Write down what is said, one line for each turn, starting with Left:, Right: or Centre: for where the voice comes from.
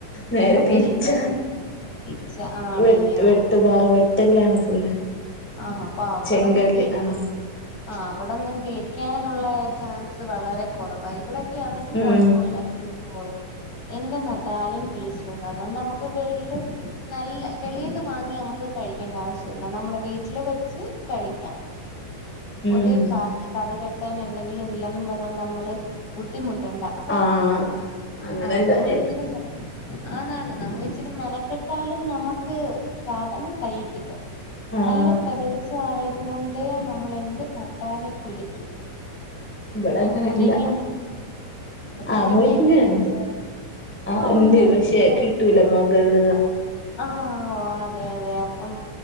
Centre: നേരെ
Left: അങ്ങനെ
Centre: തിരിച്ച
Left: ഇല്ലാലോ തിരിച്ച ആണില്ലയോ
Centre: വെട്ട് വെട്ട്പാറ്
Left: ഓ
Centre: വെട്ടല്ലാണ് ഫുള്ള്
Left: ആഹ് അപ്പൊ അവിടൊന്നും
Centre: ചെങ്കല്ല്
Left: കിളിയ്ക്ക
Centre: ആഹ്
Left: ആഹ് അവിടൊന്നും കിളിയ്ക്കാനുള്ള ചാൻസ് വളരെ കൊറവാ ഇവിടെ ക്കെ ആന്നെങ്കി
Centre: ഉം
Left: കൊഴപ്പവില്ല കിളിത്തോളും എന്ത്‌ നട്ടാലും കിളിച്ചോണ്ട് അതുകൊണ്ട് നമുക്ക് വെളില് നല്ല വെളിന്ന് വാങ്ങി നമുക്ക് കഴി ക്കണ്ട ആവശ്യല്ല നമ്മുടെ വീട്ടില് വെച്ച് കഴിക്കാം
Centre: ഉം
Left: ഒരു കാർഡ് കറിവെക്കാൻ എന്തെങ്കിലും ഇല്ലെന്നും പറഞ്ഞോണ്ട് നമ്മള് ബുദ്ധിമുട്ട് ട്ടണ്ട
Centre: ആഹ് അങ്ങനെ
Left: ആഹ്
Centre: ഒരു
Left: നമ്മള്
Centre: കാര്യണ്ട്
Left: ഇച്ചിരി മര് ആണാണ് നമ്മളിച്ചിരി മെലക്കെട്ടാലും നമ്മുക്ക് സാധനം കൈയ്യി കിട്ടും
Centre: ആഹ്
Left: നല്ല പ്രദേശം ആയതുകൊണ്ട് നമ്മള് എന്ത് നട്ടാലും കിളിക്കും
Centre: ഇവിടെ അങ്ങനെല്ല
Left: മുരിങ്ങ മുരിങ്ങയൊക്കെ
Centre: ആഹ് മുരിങ്ങേണ്ട്
Left: ഉണ്ട്
Centre: ആഹ് ഇണ്ട്
Left: ഉണ്ട് ഉണ്ട്
Centre: പക്ഷെ
Left: ഇവിടെ
Centre: കിട്ടൂല
Left: ഉണ്ട്
Centre: മുകൾല
Left: ആഹ് ഓഹ് അതെ അതെ അപ്പം